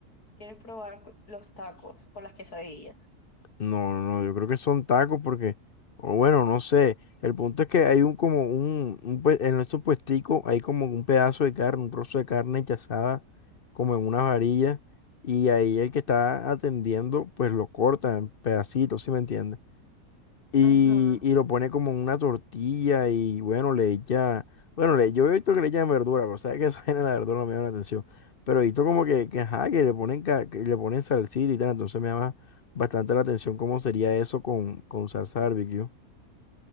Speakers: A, on the left; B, on the left.
A: ¿Quieres probar cu- los tacos o las quesadillas?
B: No, no, no, yo creo que son tacos porque, o bueno, no sé. El punto es que hay un como un, un pue- en esos puesticos hay como un pedazo de carne, un trozo de carne que asada como en una varilla y ahí el que está atendiendo pues lo corta en pedacitos, ¿sí me entiendes? y,
A: Ajá.
B: y lo pone como en una tortilla y bueno, le echa, bueno, le, yo he visto que le echan verdura, pero sabes que esa <laughs> vaina la verdura no me llama la atención, pero he visto como que, que, ajá, que le ponen, ca- que le ponen salsita y tal, entonces me llama bastante la atención cómo sería eso con, con salsa barbecue.